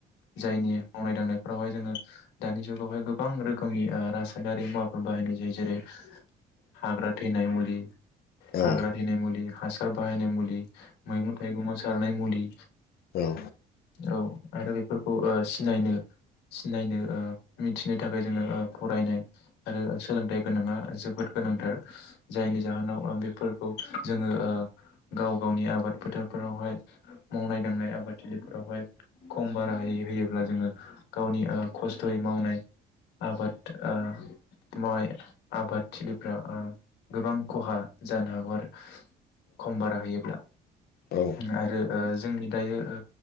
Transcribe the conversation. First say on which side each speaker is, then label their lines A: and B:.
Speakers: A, on the left (about 90°); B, on the left (about 65°).
A: जायनि मावनाय दांनायफ्रावहाय जोङो दानि जुगावहाय गोबां रोखोमनि रासायनारि मुवाफोर बाहायनाय जायो जेरै हाग्रा थैनाय मुलि
B: औ
A: हाग्रा थैनाय मुलि हासार बाहायनाय मुलि मैगं थाइगंआव सारनाय मुलि
B: औ
A: औ आरो बेफोरखौ सिनायनो सिनायनो ओ थिनो थाखाय जोङो फरायनाय आरो सोलोंथाइ गोनाङा जोबोद गोनांथार जायनि जाहोनाव आं बे फोरखौ जोङो गाव गावनि आबाद फोथारफोरावहाय मावनाय दांनाय आबादथिलिफोरावहाय खम बारा होयोब्ला जोङो गावनि ओ खस्थ'यै मावनाय आबाद ओ मावनाय आबादथिलिफ्रा आ गोबां खहा जानो हागौ खम बारा होयोब्ला
B: औ
A: आरो ओ जोंनि दायो